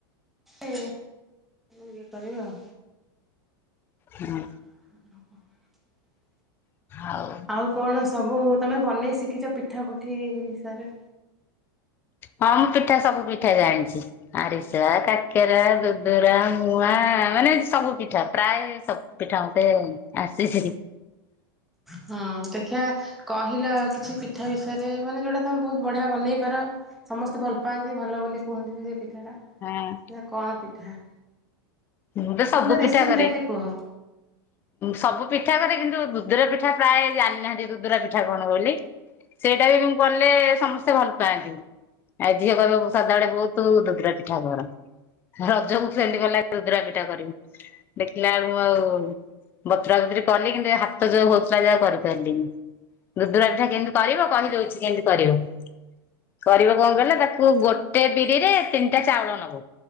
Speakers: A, in the centre; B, on the left.
A: ଏ ଇଏ କରିବ ଆଉ
B: ହୁଁ।
A: <inaudible>
B: ଆଉ
A: ଆଉ କଣ ସବୁ ତମେ ବନେଇ ଶିଖିଛ ପିଠା ପୁଠି ବିଷୟରେ?
B: ହଁ ମୁଁ ପିଠା ସବୁ ପିଠା ଜାଣିଛି। ଆରିସା, କାକେରା, ଦୁଦରା ମୁୂଆ ମାନେ ସବୁ ପିଠା ପ୍ରାୟ ସବୁ। ପିଠା ମତେ ଆସିଛି।
A: ହଁ ଦେଖିଆ କହିଲ କିଛି ପିଠା ବିଷୟରେ ମାନେ ଯୋଉଟା ତମେ ବହୁତ ବଢିଆ ବନେଇପାର। ସମସ୍ତେ ଭଲ ପାଆନ୍ତି ଭଲ ବୋଲି କୁହନ୍ତି ବି ସେ ପିଠାଟା।
B: ଆଁ
A: ଦେ ଆ କଣ ପିଠା?
B: ମୁଁ ତ ସବୁ
A: ମାନେ ତା ରେସିପି
B: ପିଠା କରେ।
A: ଟା ଟିକେ କୁହ?
B: ସବୁ ପିଠା କରେ କିନ୍ତୁ ଦୁଦୁରା ପିଠା ପ୍ରାୟ ଜାଣିନାହାନ୍ତି ଦୁଦୁରା ପିଠା କଣ ବୋଲି। ସେଇଟା ବି ମୁ କଲେ ସମସ୍ତେ ଭଲ ପାଆନ୍ତି। ଆଉ ଝିଅ କହିବ ସଦାବେଳେ ବହୁତ ଦୁଦୂରା ପିଠା କର। ରଜକୁ ଟ୍ରେଣ୍ଡ କଲା ଦୁଦୁରା ପିଠା କରିବି ଦେଖିଲାବେଳକୁ ଆଉ ବତୁରା ବୁତୁରି କଲି କିନ୍ତୁ ଏ ହାତ ଯୋଉ ହଉଥିଲା ଯେ ଆଉ କରିପାରିଲିନି। ଦୁଧୁରା ପିଠା କେମିତି କରିବ କହିଦଉଛି କେମିତି କରିବ। କରିବ କଣ କହିଲେ ତାକୁ ଗୋଟେ ବିରି ରେ ତିନିଟା ଚାଉଳ ନବ।